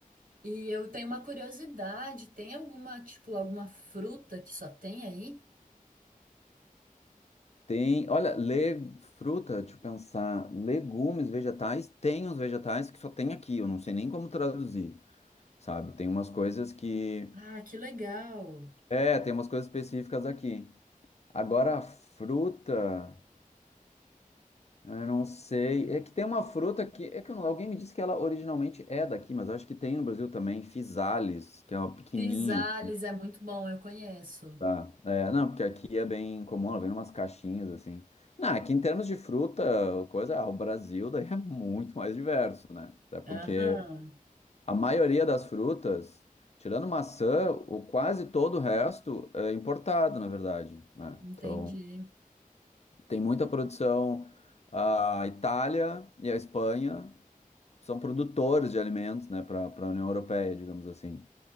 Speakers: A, on the right; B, on the left.
A: E eu tenho uma curiosidade, tem alguma, tipo, alguma fruta que só tem aí?
B: tem, olha, le, fruta, deixa eu pensar, legumes, vegetais, tem uns vegetais que só tem aqui, eu não sei nem como traduzir, sabe? Tem umas coisas que,
A: Ah, que legal.
B: é, tem umas coisas específicas aqui. Agora, a fruta, eu não sei, é que tem uma fruta que, é que eu não- alguém me disse que ela originalmente é daqui, mas eu acho que tem no Brasil também, physalis, que é uma pequenininha,
A: Pisales é muito bom, eu conheço.
B: Tá. É, não, porque aqui é bem comum, ela vem umas caixinhas assim. Não, aqui em termos de fruta, coisa, ah, o Brasil <laughs> daí é muito mais diverso, né? Até porque
A: Aham.
B: a maioria das frutas, tirando maçã, o quase todo o resto é importado, na verdade, né?
A: Entendi,
B: Então, tem muita produção. A Itália e a Espanha são produtores de alimentos, né, para a União Europeia, digamos assim.